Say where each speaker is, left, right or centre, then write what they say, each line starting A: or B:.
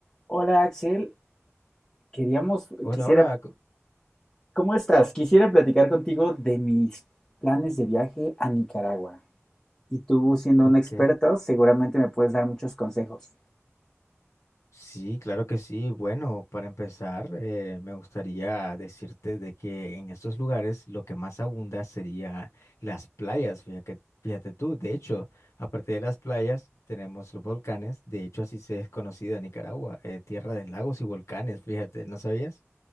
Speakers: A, on the left; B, on the left.
A: Hola Axel, queríamos,
B: Hola,
A: quisiera,
B: hola. co-
A: ¿cómo estás? Quisiera platicar contigo de mis planes de viaje a Nicaragua. Y tú, siendo
B: Ok.
A: un experto, seguramente me puedes dar muchos consejos.
B: Sí, claro que sí. Bueno, para empezar, eh, me gustaría decirte de que en estos lugares lo que más abunda sería las playas. Fíjate, fíjate tú, de hecho, aparte de las playas, tenemos los volcanes. De hecho, así se es conocida Nicaragua, eh, tierra de lagos y volcanes. Fíjate, ¿no sabías?